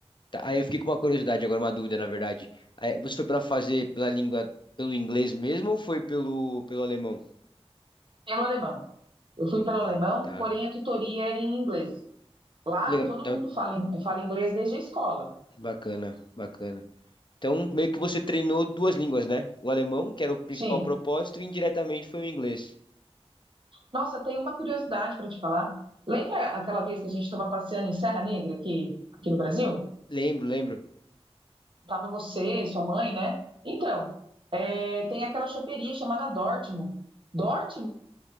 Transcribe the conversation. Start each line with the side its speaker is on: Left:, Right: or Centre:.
Left: Tá, aí eu fiquei com uma curiosidade, agora uma dúvida, na verdade. Aí, você foi para fazer pela língua, pelo inglês mesmo ou foi pelo, pelo alemão?
Right: Pelo alemão. Eu fui pelo
Left: Ah,
Right: alemão,
Left: tá.
Right: porém a tutoria era em inglês. Lá
Left: Que Legal.
Right: todo
Left: Então,
Right: mundo fala, in- fala inglês desde a escola.
Left: bacana, bacana. Então, meio que você treinou duas línguas, né? O alemão, que era o principal
Right: Sim.
Left: propósito, e indiretamente foi o inglês.
Right: Nossa, tem uma curiosidade para te falar. Lembra aquela vez que a gente estava passeando em Serra Negra aqui, aqui no Brasil?
Left: Lembro, lembro.
Right: Tava você, sua mãe, né? Então, é, tem aquela choperia chamada Dortmund. Dortmund